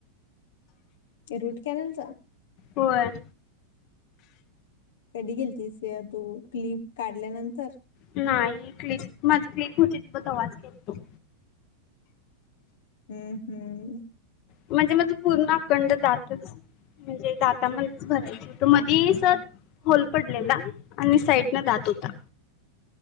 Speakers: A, on the left; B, on the left.
A: रूट कॅनलचा.
B: होय.
A: कधी गेलीतीसय तू क्लिप काढल्यानंतर?
B: नाही क्लिप माझी क्लिप होती बत आवाज घेत.
A: हम्म हम्म.
B: म्हणजे माझी पूर्ण अखंड दातचं म्हणजे दातामध्येच भरायचा होतं, मधीस होल पडलेला आणि साईडन दात होता.